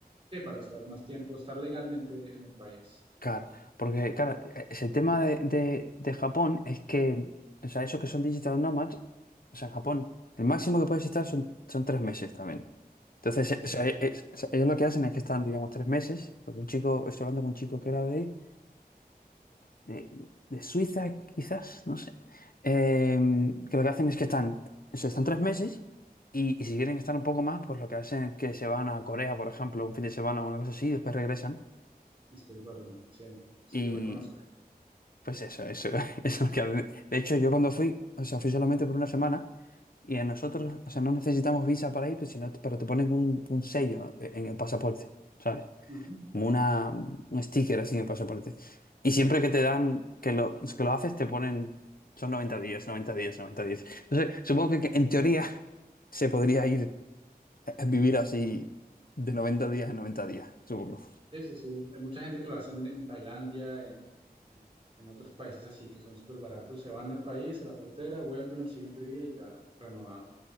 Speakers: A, on the right; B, on the left.
A: sí, para estar más tiempo, estar legalmente en el país.
B: Claro, porque, claro, e- ese tema de, de, de Japón es que, o sea, esos que son digital nomads, o sea, en Japón, el máximo que puedes estar son, son tres meses también. Entonces, eh,
A: Sí,
B: o sea,
A: y
B: eh, eh, o sea, ellos lo que hacen es que están, digamos, tres meses, porque un chico, estoy hablando con un chico que era de, de, de Suiza, quizás, no sé, eh, que lo que hacen es que están, o sea, están tres meses y, y si quieren estar un poco más, pues lo que hacen es que se van a Corea, por ejemplo, un fin de semana o una cosa así, y después regresan
A: después vuelven. Sí, sí,
B: y
A: yo me conozco.
B: pues eso, eso, <laughs> eso es lo que hacen. De hecho, yo cuando fui, o sea, fui solamente por una semana. Y a nosotros, o sea, no necesitamos visa para ir, pues, sino, pero te ponen un, un sello eh, en el pasaporte, ¿sabes?
A: Ujú.
B: como una, un sticker así de pasaporte. Y siempre que te dan, que lo, que lo haces, te ponen, son 90 días, 90 días, 90 días. Entonces, supongo que, que en teoría <laughs> se podría ir a vivir así de 90 días en 90 días, supongo.
A: Sí, sí, sí. Hay mucha gente que lo hace en, en Tailandia, en, en, en otros países así que son súper baratos. Se van al país, a la frontera, vuelven al siguiente día y ya renovado.